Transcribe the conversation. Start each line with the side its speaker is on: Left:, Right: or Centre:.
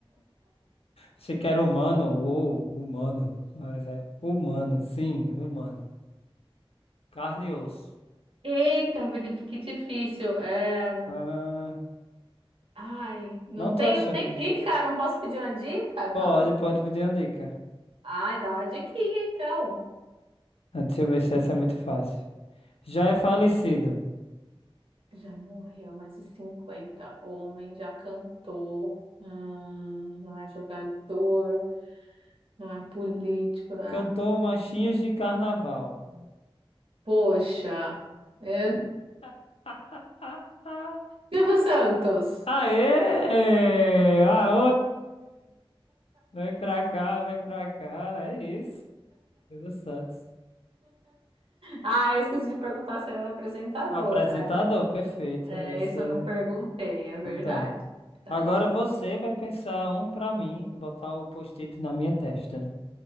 Left: Achei que era humano, ou humano, mas é humano, sim, humano. Carne e osso.
Right: Eita, Felipe, que difícil. É...
Left: Ah,
Right: Ai, não
Left: não
Right: tenho
Left: tô achando
Right: nem
Left: difícil.
Right: dica, não posso pedir uma dica, não?
Left: Pode, pode pedir uma dica.
Right: Ai, dá uma diquinha então.
Left: Ah, Deixa eu ver se essa é muito fácil. Já é falecido.
Right: Já morreu mais de cinquenta Homem já cantou. Hum, não é jogador. Não é político, né?
Left: Cantou Machinhos de Carnaval.
Right: Poxa, é...
Left: <laughs>
Right: Silvio Santos.
Left: Aê! Ah, Vem pra cá, vem pra cá. É isso. Silvio Santos.
Right: Ah, eu esqueci de perguntar se ele era apresentador.
Left: Apresentador, perfeito.
Right: É,
Left: Isso
Right: isso
Left: é.
Right: eu não perguntei, é verdade.
Left: Então.
Right: É verdade.
Left: Agora você vai pensar um pra mim, botar o post-it na minha testa, né?